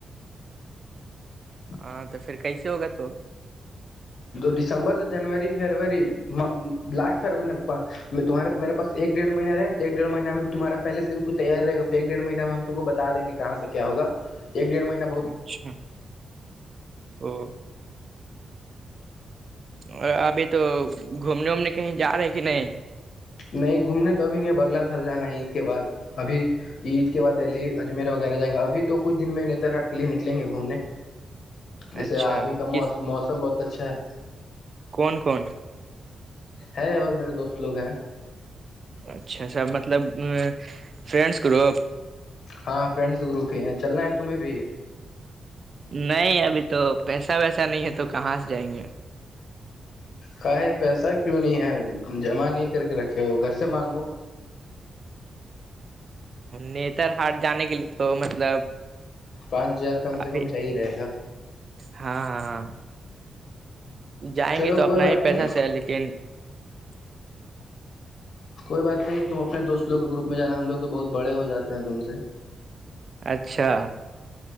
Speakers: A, on the left (about 70°); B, on the right (about 50°).
A: <inaudible>
B: ہاں تو پھر کیسے ہوگا تو
A: جو ڈسمبر تو جنوری فروری لاسٹ فروری نے میں تمہار میرےاس ایک ڈڑ مہ رہا ایک ڈڑ مہ میں تمہ پہے سے کو تیار رہ گاھر ایک ڈیڑ مہ میں ہم تم کو ب دیں گے کہاں سے کیا ہوگا ایک ڈیڑھ مہین
B: اچھا او اور ابھی تو گھومنے وومنے کہیں جا رہے کہ نہیں
A: نہیں گھومنے تو ابھی نہیں بگلا سال جانا ہے عید کے بعد ابھی عید کے بعد دہلی اجمیر وغیرہ جائیں گا ابھی تو کچھ دن میں نیتر ہاٹ کے لیے نکلیں گے گھومنے جیسے
B: اچھا
A: آبھی کاوس
B: کس
A: موسم بہت اچھا ہے
B: کون کون
A: ہے اور میرے دوست لوگ ہیں
B: اچھا سر مطلب ا فرینڈس گروپ
A: ہاں فرینڈس گروپ ہی ہیں چلنا ہے تمہیں بھی
B: نہیں ابھی تو پیسہ ویسا نہیں ہے تو کہاں سے جائیں گے
A: کا ہے پیسہ کیوں نہیں ہے جمع نہیں کر کے رکھے ہو گھر سے مانگو
B: نتر ہاٹ جانے کے لیے تو مطلب
A: پانچ ہزار کم سے
B: ابھی
A: کم چاہی رہے گا
B: ہاں ہاں جائیں
A: چلو
B: گے تو
A: کوئی
B: اپنا
A: بات
B: ہی پیسہ
A: نہیں
B: سے لیکن <unintelligible>
A: کوئی بات نہیں تم اپنے دوستوں کے گروپ میں جانا ہم لگ تو بہت بڑے ہو جاتے ہیں تم سے
B: اچھا